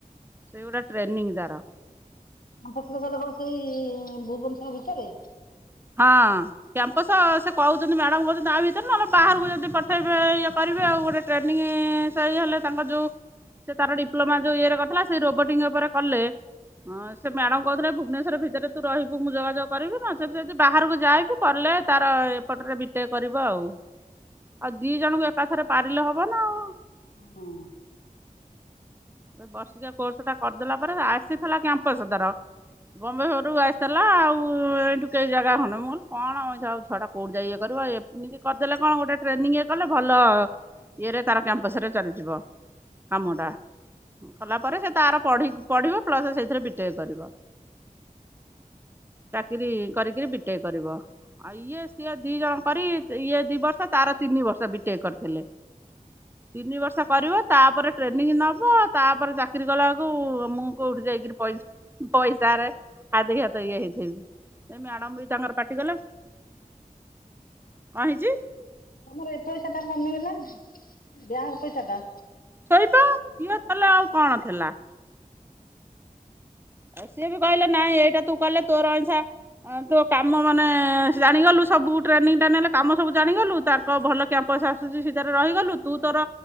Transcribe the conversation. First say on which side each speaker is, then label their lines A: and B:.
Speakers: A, on the right; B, on the left.
A: ସେଇଗୁରା ଟ୍ରେନିଂ ତାର।
B: କ୍ୟାମ୍ପସ ରେ କଲେ କଣ ସେଇ ଭୁବନେଶ୍ୱର ଭିତରେ?
A: ହଁ। କ୍ୟାମ୍ପସ ସେ କହୁଛନ୍ତି ମ୍ୟାଡାମ କହୁଛନ୍ତି ଆ ଭିତରେ ନହେଲେ ବାହାରକୁ ଯଦି ପଠେଇବେ ଇଏ କରିବେ ଆଉ ଗୋଟେ ଟ୍ରେନିଂ ସଇ ହେଲା ତାଙ୍କ ଯୋଉ ସେ ତାର ଡିପ୍ଲୋମା ଯୋଉ ଇଏରେ କରିଥିଲା ସେ ରୋବୋଟିଂ ଉପରେ କଲେ। ହଁ ସେ ମ୍ୟାଡମ କହୁଥିଲେ ଭୁବନେଶ୍ଵର ଭିତରେ ତୁ ରହିବୁ ମୁଁ ଯୋଗାଯୋଗ କରିବି ନା ସେମ ଯଦି ବାହାରକୁ ଯାଇବୁ କଲେ ତାର ଏପଟରେ ବିଟେଇ କରିବ ଆଉ। ଆଉ ଦି ଜଣଙ୍କୁ ଏକାଥରେ ପାରିଲେ ହବ ନା ଆଉ।
B: ହଁ।
A: ସେ ବର୍ଷିକିଆ କୋର୍ସ ଟା କରିଦେଲା ପରେ ଆସିଥିଲା କ୍ୟାମ୍ପସ ତାର। <unintelligible> ଶ୍ୱରରୁ ଆସିଥିଲା ଆଉ ଏଇଠୁ କେହି ଜାଗା ହେନ ମୁଁ କ କଣ ଆମଉ ଛୁଆଟା କେଉଁଠି ଯାଇ ଇଏ କରିବ। ଏ ଏମିତି କରିଦେଲେ କଣ ଗୋଟେ ଟ୍ରେନିଂ ଇଏ କଲେ ଭଲ ଇଏରେ ତାର କ୍ୟାମ୍ପସ ରେ ଚାଲିଯିବ। କାମ ଟା କଲା ପରେ ସେ ତାର ପଢ଼ି ପଢିବ ପ୍ଲସ ସେଇଥିରେ ବିଟେଇ କରିବ।
B: <unintelligible>
A: ଚାକିରି କରିକିରି ବିଟେକ କରିବ। ଆଉ ଇଏ ସିଏ ଦି ଜଣ କରି ଇଏ ଦି ବର୍ଷ ତାର ତିନି ବର୍ଷ ବିଟେକ କରିଥିଲେ। ତିନି ବର୍ଷ କରିବ ତାପରେ ଟ୍ରେନିଂ ନବ ତାପରେ ଚାକିରି କଲା ବେଳକୁ ମୁଁ କୋଉଠି ଯାଇକିରି ପଇଲି ପଇସା ରେ ହାଦ ହାତ ଇଏ ହେଇଥିବି। ଏ ମ୍ୟାଡ଼ାମ ବି ତାଙ୍କର ପାଟି ଗଲା କଣ ହେଇଛି?
B: ତମର ଏ ପଇସା ଟା କମିଗଲା ଯାହା ପଇସା ଟା।
A: ଶୋଇତ ଅ ତଲେ ଆଉ କଣ ଥିଲା? ଆଉ ସିଏ ବି କହିଲେ ନାଇଁ ଏଇଟା ତୁ କଲେ ତୋ ଅଇଠା ହଁ ତୁ କାମ ମାନେ ଜାଣିଗଲୁ ସବୁ ଟ୍ରେନିଂ ଟା ନେଲେ କାମ ସବୁ ଜାଣିଗଲୁ। ତା ଭଲ କ୍ୟାମ୍ପସ ଆସୁଚି ସେଠାରେ ରହିଗଲୁ ତୁ ତୋର